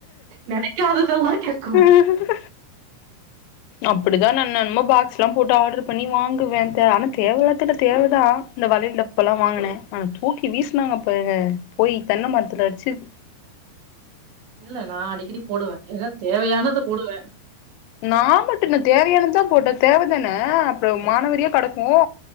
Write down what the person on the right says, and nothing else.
நெனைக்காததெல்லா கேட்கும்
இல்ல நா அடிக்கடி போடுவே ஏதா தேவையானத போடுவே